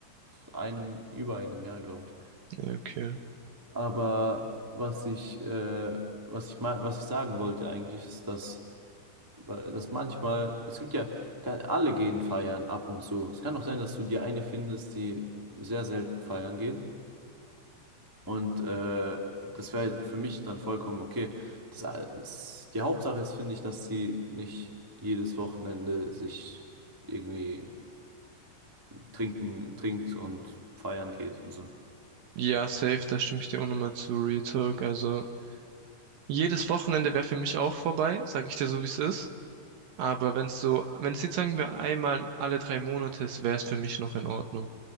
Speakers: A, on the right (about 20°); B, on the right (about 70°).
A: einem, über einem Jahr, glaube ich.
B: ja, Okay.
A: Aber was ich, äh, was ich mal, was ich sagen wollte eigentlich, ist, dass, weil- dass manchmal, es gibt ja, ga- alle gehen feiern ab und zu. Es kann auch sein, dass du dir eine findest, die sehr selten feiern geht. Und äh, das wäre für mich dann vollkommen okay. Das, alles- die Hauptsache ist, finde ich, dass sie nicht jedes Wochenende sich irgendwie trinken, trinkt und feiern geht und so.
B: Ja, safe, da stimme ich dir auch nochmal zu Real Talk. Also jedes Wochenende wäre für mich auch vorbei, sag ich dir so, wie es ist. Aber wenn es so, wenn es jetzt sagen wir einmal alle drei Monate ist, wäre es für mich noch in Ordnung.